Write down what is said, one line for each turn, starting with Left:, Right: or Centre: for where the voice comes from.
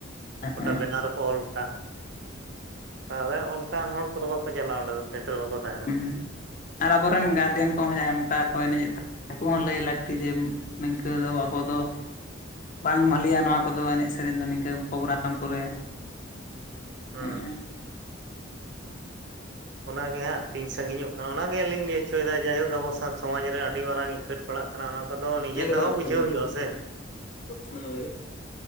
Left: ᱦᱮᱸ
Right: ᱜᱚᱴᱟ ᱵᱮᱱᱟᱨ ᱨᱮᱠᱚ ᱚᱞ ᱠᱟᱜᱼᱟ ᱛᱟᱦᱚᱞᱮ ᱚᱱ ᱚᱱᱠᱟᱱ ᱦᱚᱲ ᱠᱚᱫᱚ ᱵᱟᱠᱚ ᱪᱟᱞᱟᱜᱼᱟ ᱚᱸᱰᱮ ᱫᱚ ᱥᱮᱴᱮᱨ ᱵᱟᱠᱚ ᱛᱟᱦᱮᱱᱟ
Left: ᱦᱩᱸ ᱟᱨ ᱟᱵᱚᱨᱮᱱ ᱜᱟᱨᱡᱮᱱ ᱠᱚᱦᱚᱸ ᱡᱟᱦᱟᱸᱭ ᱚᱱᱠᱟ ᱠᱚ ᱮᱱᱮᱡ ᱩᱱᱠᱩ ᱦᱚᱸ ᱞᱟᱹᱭ ᱞᱟᱹᱠᱛᱤ ᱡᱮ ᱱᱤᱝᱠᱟᱹ ᱫᱚ ᱟᱵᱚ ᱫᱚ ᱵᱟᱝ ᱵᱷᱟᱞᱤᱭᱟ ᱱᱚᱣᱟ ᱠᱚᱫᱚ ᱮᱱᱮᱡ ᱥᱮᱨᱮᱧ ᱫᱚ ᱱᱤᱝᱠᱟᱹ ᱯᱳᱜᱨᱟᱢ ᱠᱚᱨᱮ
Right: ᱦᱩᱸ
Left: ᱦᱮᱸ᱾
Right: ᱚᱱᱟᱜᱮ ᱦᱟᱸᱜ ᱛᱤᱧ ᱥᱟᱺᱜᱤᱧᱚᱜ ᱠᱟᱱᱟ ᱚᱱᱟ ᱜᱮ ᱟᱸᱞᱤᱧ ᱞᱟᱹᱭ ᱦᱚᱪᱚᱭᱮᱫᱟ ᱡᱟᱭᱦᱳᱠ ᱟᱵᱚ ᱥᱚᱢᱟᱡᱽ ᱨᱮ ᱟᱹᱰᱤ ᱢᱟᱨᱟᱝ ᱤᱯᱷᱮᱰ ᱯᱟᱲᱟᱜ ᱠᱟᱱᱟ, ᱠᱟᱱᱟ ᱚᱱᱟ ᱠᱚᱫᱚ ᱱᱤᱡᱮ
Left: ᱮᱠᱫᱚᱢ
Right: ᱛᱮᱦᱚᱸ ᱵᱩᱡᱷᱟᱹᱣ
Left: ᱮᱠᱫᱚᱢ
Right: ᱦᱩᱭᱩᱜᱼᱟ ᱥᱮ,
Left: ᱦᱳᱭ